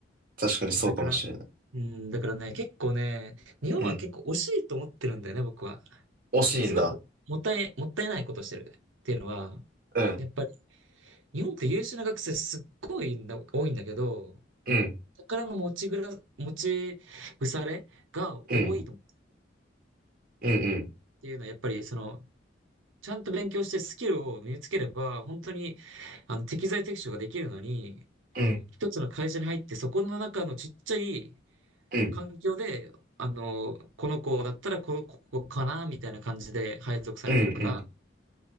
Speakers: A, on the right; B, on the right.
A: 確かにそうかもしれない。
B: う。だから、うん、だからね、結構ね、日本は結構惜しいと思ってるんだよね、
A: うん。
B: 僕は。
A: 惜しいんだ。
B: すごいも、もったい、もったいないことしてるっていうのは、
A: うん、
B: やっぱり日本って優秀な学生すっごいな多いんだけど、
A: うん、
B: 宝の持ちぐら、持ち腐れが多いと思う
A: うん、うん、うん、
B: っていうのは、やっぱりその、ちゃんと勉強してスキルを身につければ、本当に、あの、適材適所ができるのに、
A: うん、うん、
B: 一つの会社に入って、そこの中のちっちゃい
A: うん、
B: 環境で、あの、この子だったらこ、ここかな、みたいな感じで配属されてるから、
A: うん、うん。